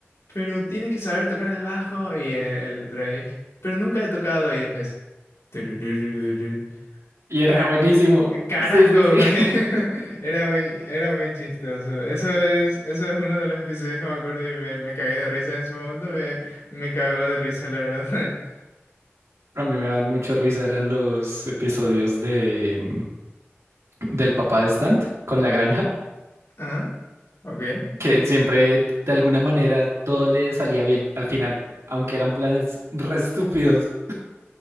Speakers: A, on the left; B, on the right.
A: pero tienes que saber tocar el bajo y el, el Dre, pero nunca he tocado y después. turururururun.
B: Y era
A: Ca-
B: buenísimo.
A: Carajo,
B: Sí, sí, sí.
A: güey.
B: <laughs>
A: <laughs> Era muy, era muy chistoso. Eso es, eso es uno de los episodios que me acuerdo y me, me cagué de risa en su momento. Me, me cagó de risa, la verdad. <laughs>
B: A mí me daban mucho risa, eran los episodios de mm, del papá de Stant con la granja.
A: Ah, ok.
B: que siempre de alguna manera todo le salía bien al final, aunque eran planes re estúpidos.